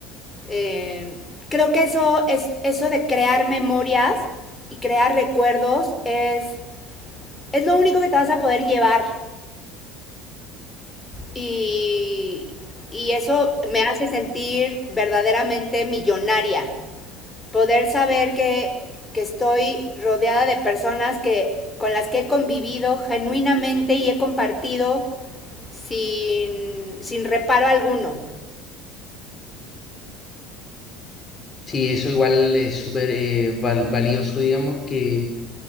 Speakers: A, on the left; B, on the left.
A: Eh, creo que eso es eso de crear memorias y crear recuerdos es es lo único que te vas a poder llevar Y, y eso me hace sentir verdaderamente millonaria. Poder saber que, que estoy rodeada de personas que, con las que he convivido genuinamente y he compartido sin, sin reparo alguno.
B: Sí, eso igual es súper eh, val- valioso, digamos, que,